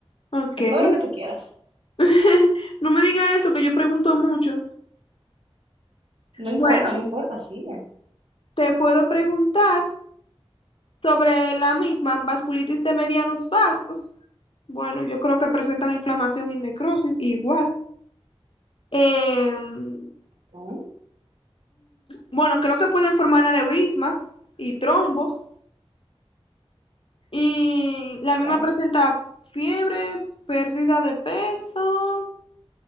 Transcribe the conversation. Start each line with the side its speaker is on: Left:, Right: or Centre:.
Left: Ok.
Right: Que todo lo que tú quieras.
Left: <laughs> No me diga eso, que yo pregunto mucho.
Right: No
Left: Bueno,
Right: importa, no importa, sigue.
Left: te puedo preguntar sobre la misma vasculitis de medianos vasos. Bueno, yo creo que presentan inflamación y necrosis, igual. Eh, mm,
Right: Ok,
Left: bueno, creo que pueden formar aneurismas y trombos. Y la
Right: ok.
Left: misma presenta fiebre, pérdida de peso.